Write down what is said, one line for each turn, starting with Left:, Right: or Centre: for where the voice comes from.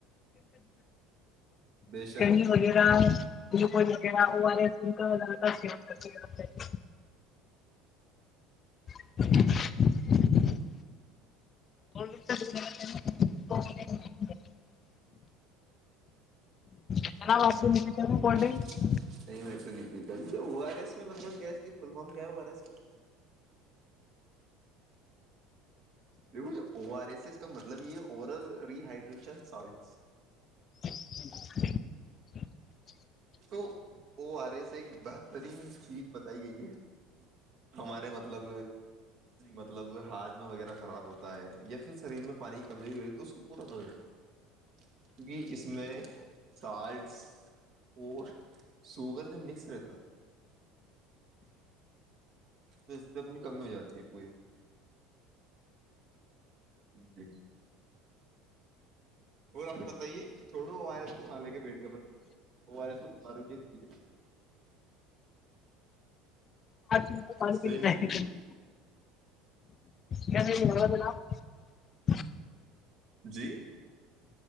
Right: بے شک
Left: کہی ہو جیرا یہ کوئی اور ل س کر کر <unintelligible> <inaudible> <inaudible>
Right: <inaudible>
Left: جناب آپ کو مجھے چاہیے
Right: نہیں
Left: کولڈ ڈرنک
Right: میں تو نہیں پیتا او آر ایس میں مطلب کیا ہے اس کہ فل فم گیا ہے او آر ایس میں دیکھو او آر ایس ایس کا مطلب یہ ہے اوورل رییہائڈریشن سالٹ
Left: <inaudible>
Right: تو او آر ای سے ایک بہترین چیز بتائی گئی ہے ہمارے مطلب مطلب ہاجمہ وغیرہ خراب ہوتا تا ہے یا پھر شریر میں پانی کی کمزوری ہو رہی ہے تو اس کو پورا کرا کیونکہ اس میں سالٹس اور سوگر جو مکس رہتا ہے تو اس سے اپنی کمی ہو جاتی ہے پوری جی <unintelligible> اور آپ بتائیے چھوڑو وہ آرس وہاں لے کے بیٹھ گ ب وہ آر ایس مارو گی چ ہے
Left: آ کر
Right: صحیح نہیں لگ رہی ہے
Left: <unintelligible> کیا ن جناپ <unintelligible>
Right: جی